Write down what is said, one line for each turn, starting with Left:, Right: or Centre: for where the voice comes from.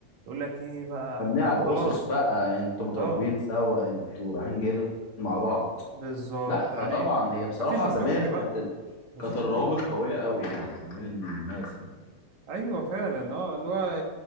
Right: يقول لك ايه بقى
Left: مبنية
Right: احنا
Left: على الاسس
Right: خلاص
Left: بقى انتوا متربيين
Right: اه
Left: سوا انتوا رايحين جايين مع بعض
Right: بالظبط
Left: لا فطبعا
Right: يعني
Left: هي بصراحة
Right: مفيش بلوك
Left: زمان كانت
Right: بقى
Left: ال-
Right: مفيش
Left: كانت الروابط
Right: بلوك
Left: قوية قوي يعني ما بين الناس يعني
Right: ايوه فعلا اه اللي هو